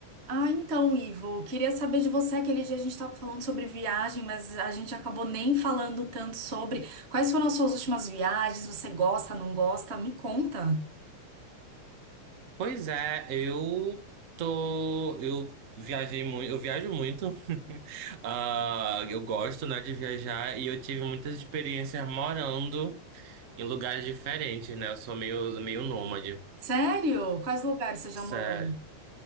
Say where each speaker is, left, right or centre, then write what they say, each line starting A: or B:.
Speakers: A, on the right; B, on the right.
A: Ah, então, Ivo, queria saber de você. Aquele dia a gente estava falando sobre viagem, mas a gente acabou nem falando tanto sobre quais foram as suas últimas viagens. Você gosta, não gosta? Me conta.
B: Pois é, eu tô. Eu viajei muito, eu viajo muito. <laughs> Ah, eu gosto, né, de viajar e eu tive muitas experiências morando em lugares diferentes, né? Eu sou meio, meio nômade,
A: Sério? Quais lugares você já
B: sério.
A: morou?